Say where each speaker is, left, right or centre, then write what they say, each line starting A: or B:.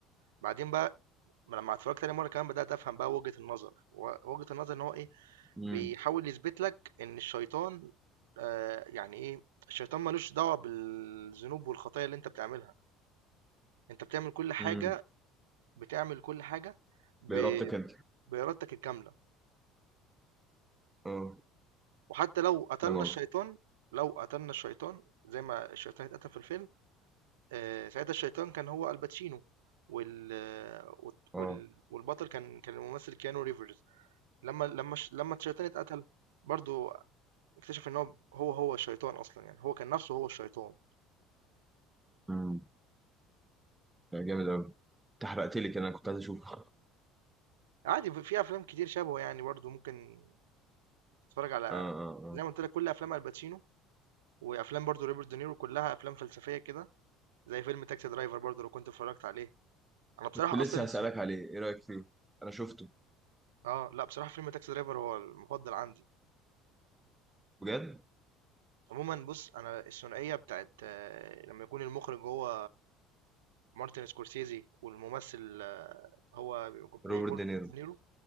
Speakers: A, on the right; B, on the right.
A: بعدين بقى لما اتفرجت تاني مره كمان بدات افهم بقى وجهه النظر و- وجهه النظر ان هو ايه
B: امم
A: بيحاول يثبت لك ان الشيطان آه يعني ايه الشيطان ملوش دعوه بالذنوب والخطايا اللي انت بتعملها انت بتعمل كل حاجه
B: امم
A: بتعمل كل حاجه ب-
B: بإرادتك انت
A: بإرادتك الكاملة
B: اه
A: وحتى لو قتلنا
B: فاهم قصدي
A: الشيطان لو قتلنا الشيطان زي ما الشيطان اتقتل في الفيلم آه، ساعتها الشيطان كان هو الباتشينو وال...
B: اه
A: وال... والبطل كان كان الممثل كيانو ريفرز لما لما الش- لما الشيطان اتقتل برضو اكتشف ان هو هو هو الشيطان اصلا يعني هو كان نفسه هو الشيطان
B: اه لا جامد أوي أنت حرقت لي كده أنا كنت عايز أشوفه آه
A: عادي في في افلام كتير شبهه يعني برضو ممكن تتفرج على
B: آه آه
A: زي ما قلت لك كل افلام الباتشينو وافلام برضو روبرت دينيرو كلها افلام فلسفيه كده زي فيلم تاكسي درايفر برضو لو كنت اتفرجت عليه انا بصراحه
B: كنت لسه
A: اصلا السن...
B: هسألك عليه إيه رأيك فيه؟ أنا شفته
A: اه لا بصراحه فيلم تاكسي درايفر هو المفضل عندي
B: بجد
A: عموما بص انا الثنائيه بتاعت آه، لما يكون المخرج هو مارتن سكورسيزي والممثل آه، هو بيكون بيكون
B: روبرت دينيرو
A: روبرت دينيرو